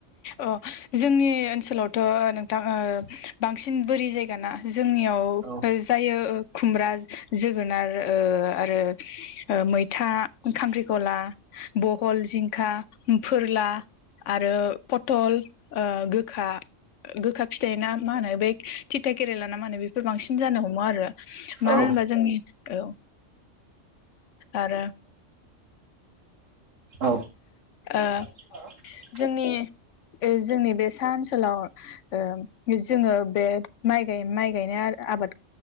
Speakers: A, on the left (about 75°); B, on the right (about 85°).
A: अ जोंनि ओनसोलावथ' नोंथां बांसिन बोरि जायगाना जोंनियाव
B: औ
A: जायो खुमब्रा जोगोनार आरो मैथा खांख्रिखला बहल जिंखा फोरला आरो पथल गोखा गोखा फिथाइ ना मा होनो बे थिथा केरेला ना मा होनो बे बांसिन जानो हमो आरो
B: औ
A: मानो होनबा जोंनि औ आरो
B: औ
A: ओ
B: <inaudible>
A: जोंनि जोंनि बे सा ओनसोलाव जोङो बे माइ गाय माइ गायनाय आबाद